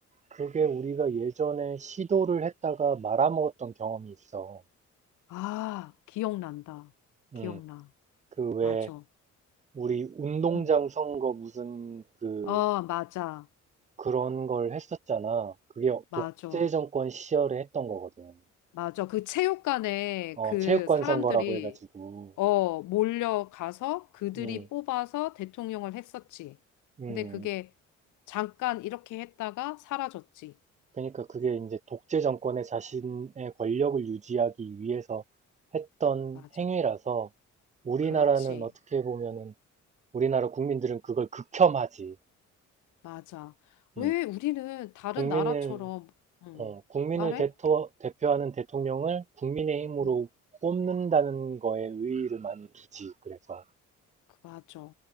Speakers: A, on the right; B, on the left.
A: 그게 우리가 예전에 시도를 했다가 말아먹었던 경험이 있어.
B: 아, 기억난다. 기억나.
A: 음, 그 왜
B: 맞아.
A: 우리 운동장
B: 응.
A: 선거 무슨 그
B: 어, 맞아.
A: 그런 걸 했었잖아. 그게
B: 맞아.
A: 독재 정권 시절에 했던 거거든.
B: 맞아. 그 체육관에
A: 어,
B: 그
A: 체육관
B: 사람들이
A: 선거라고 해가지고.
B: 어, 몰려가서 그들이
A: 음,
B: 뽑아서 대통령을 했었지.
A: 음.
B: 근데 그게 잠깐 이렇게 했다가 사라졌지.
A: 그러니까 그게 이제 독재 정권의 자신의 권력을 유지하기 위해서 했던
B: 맞아.
A: 행위라서 우리나라는
B: 그렇지.
A: 어떻게 보면은 우리나라 국민들은 그걸 극혐하지.
B: 맞아. 왜
A: 음.
B: 우리는 다른
A: 국민을,
B: 나라처럼, 음,
A: 어, 국민을
B: 말해?
A: 대토, 대표하는 대통령을 국민의힘으로
B: 음,
A: 뽑는다는 거에 의의를 많이 두지. 그래서,
B: 그- 맞아.